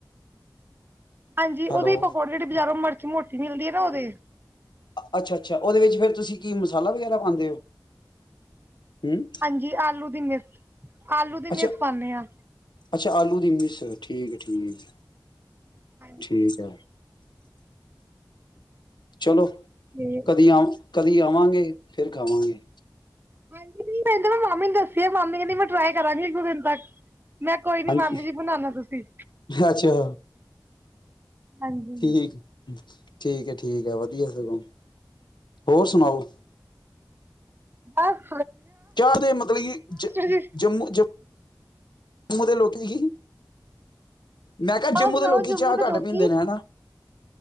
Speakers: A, on the right (about 25°); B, on the left (about 70°).
A: ਹਾਂਜੀ ਉਹਦੇੋਂ
B: ਹੈਲੋ
A: ਹੀ ਪਕੌੜੇ ਜਿਹੜੇ ਬਾਜ਼ਾਰੋਂ ਮ ਮੋਟੀ ਮਿਲਦੀ ਹੈ ਨਾ ਉਹਦੇ।
B: ਅੱਛਾ-ਅੱਛਾ ਉਹਦੇ ਵਿੱਚ ਫੇਰ ਤੁਸੀਂ ਕੀ ਮਸਾਲਾ ਵਗੈਰਾ ਪਾਂਦੇ ਹੋ? ਹਮ
A: ਹਾਂਜੀ ਆਲੂ ਦੀ ਮਿਸ ਆਲੂ ਦੀ
B: ਅੱਛਾ
A: ਮਿਸ ਪਾਦੇ ਹਾਂ
B: ਅੱਛਾ ਆਲੂ ਦੀ ਮਿਸ ਠੀਕ ਹੈ ਠੀਕ
A: ਹਾਂਜੀ
B: ਠੀਕ ਹੈ ਚਲੋ
A: ਤੇ
B: ਕਦੀ ਆ ਕਦੀ ਆਵਾਂਗੇ ਫਿਰ ਖਾਵਾਂਗੇ
A: ਹਾਂਜੀ ਨਹੀਂ ਕਹਿੰ ਮ ਮਾਮੀ ਦੱਸੀ ਆ ਮਾਮੀ ਕਹਿੰਦੀ ਮੈਂ ਟਰਾਈ ਕਰਾਂਗੀ ਇੱਕ ਦੋ ਦਿਨ ਤੱਕ ਮੈਂ ਕੋਈ ਨੀ
B: ਹਾਂਜੀ
A: ਮੈਮ ਜੀ ਬਣਾਣਾ ਤੁਸੀਂ
B: ਅੱਛਾ
A: ਹਾਂਜੀ
B: ਠੀਕ ਠੀਕ ਹੈ ਠੀਕ ਹੈ ਵਧੀਆ ਸਗੋਂ ਹੋਰ ਸੁਣਾਓ
A: ਬੱਸ
B: ਕਦੇ ਮਤਲਬ ਕਿ ਜ
A: ਜੀ
B: ਜੰਮੂ ਜਮੂ ਜੰਮੂ ਦੇ ਲੋਕੀ ਕੀ ਮੈਂ ਕਿਹਾ
A: ਹੋਰ
B: ਜੰਮੂ
A: ਸੁਣਾਓ
B: ਦੇ ਲੋਕੀ ਚਾਹ
A: ਦੇ
B: ਘੱਟ
A: ਲੋਕੀ
B: ਪੀਂਦੇ ਨੇ ਹਨਾ